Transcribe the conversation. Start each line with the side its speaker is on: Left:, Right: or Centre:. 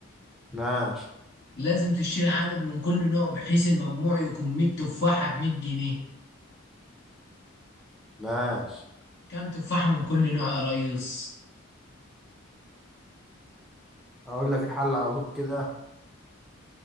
Centre: ماشي
Left: لازم تشتري عدد من كل نوع بحيث المجموع يكون مية تفاحة بمية جنيه
Centre: ماشي
Left: كام تفاحة من كل نوع يا ريس
Centre: اقول لك الحل على طول كده